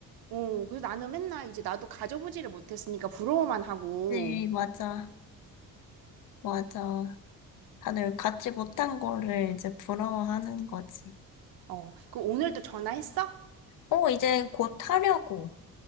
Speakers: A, on the right; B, on the left.
A: 어, 그래서 나는 맨날 이제 나도 가져보지를 못했으니까 부러워만 하고.
B: 네, 맞아. 맞아. 다들 갖지 못한 거를 이제 부러워하는 거지.
A: 어, 그럼 오늘 또 전화했어?
B: 어, 이제 곧 하려고.